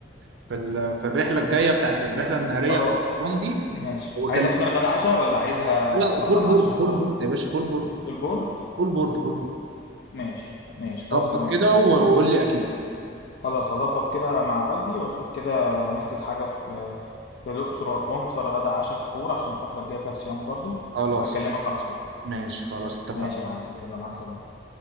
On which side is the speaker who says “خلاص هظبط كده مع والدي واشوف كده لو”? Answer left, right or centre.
Left